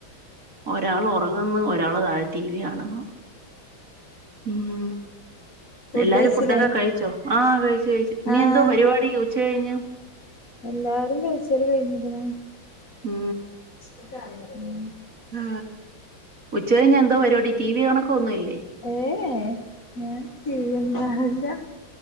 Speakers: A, on the right; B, on the left.
A: ഒരാൾ ഒറങ്ങുന്ന് ഒരാള് താഴെ ടി വി കാണുന്നു മ്
B: ഫുഡ്
A: എല്ലാരും
B: കഴിച്ചില്ലേ
A: ഫുഡൊക്കെ കഴിച്ചോ ആ കഴിച്ചു കഴിച്ചു ഇനി
B: ആഹ്
A: എന്തോ പരിപാടി ഉച്ച കഴിഞ്ഞ്
B: എല്ലാരും കഴിച്ചല് കഴിഞ്ഞേക്കണ്
A: മ്
B: ഇക്കാ <unintelligible>
A: ആ ഉച്ചകഴിഞ്ഞെന്തോ പരിപാടി ടി വി കണക്കൊ ഒന്നുംല്ലേ
B: ഏ ഞാൻ ടീവി യൊന്നും കാണെല്യ